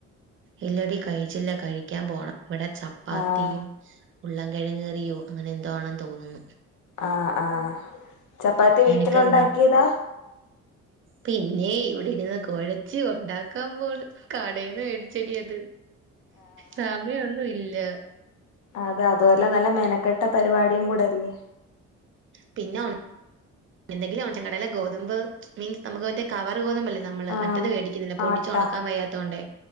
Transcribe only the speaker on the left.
ആഹ്
ആഹ് ആഹ് ചപ്പാത്തി
വീട്ടിലുണ്ടാക്കിയതാ
അതെ അതുവല്ല നല്ല മെനക്കെട്ട പരിപാടിയും കൂടെ അല്ലേ
ആഹ്
ആട്ടാ